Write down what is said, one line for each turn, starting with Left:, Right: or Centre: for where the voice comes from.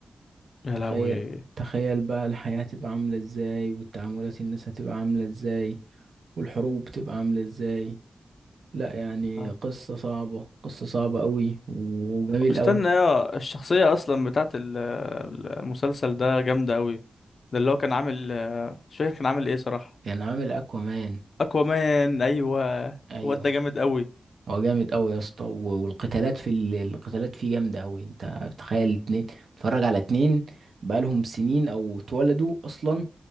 Left: يا
Right: تخيل
Left: لهوي
Right: تخيل بقى الحياه هتبقى عامله ازاي والتعاملات الناس هتبقى عامله ازاي والحروب تبقى عامله ازاي لا يعني
Left: آه.
Right: قصه صعبه قصه صعبه قوي وجميل
Left: استنى
Right: قوي
Left: يا الشخصيه اصلا بتاعت ال- ال- المسلسل ده جامده قوي ده اللي هو كان عامل آه، مش فاكر كان عامل ايه صراحه
Right: كان عامل اكوامان
Left: اكوامان ايوه
Right: ايوه
Left: الواد ده جامد قوي
Right: هو جامد قوي يا اسطى و- والقتالات في ال- القتالات فيه جامده قوي انت تخيل اتنين تتفرج على اتنين بقالهم سنين او اتولدوا اصلا